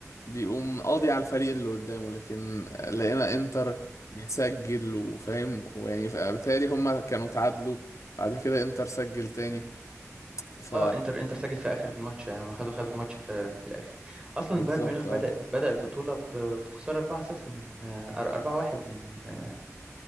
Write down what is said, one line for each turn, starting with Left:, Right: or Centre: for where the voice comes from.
Left: بيقوم قاضي على الفريق اللي قدامه لكن لقينا انتر بيسجل وفاهم ويعني بالتالي هما كانوا تعادلوا بعد كده انتر سجل تاني ف
Right: اه انتر انتر سجل في اخر الماتش يعني هم خدوا خدوا الماتش في في الاخر اصلا
Left: بالظبط
Right: بايرن ميونخ
Left: اه
Right: بدأ بدأ البطوله ب- بخساره 4-0 من آه، 4-1 من آه،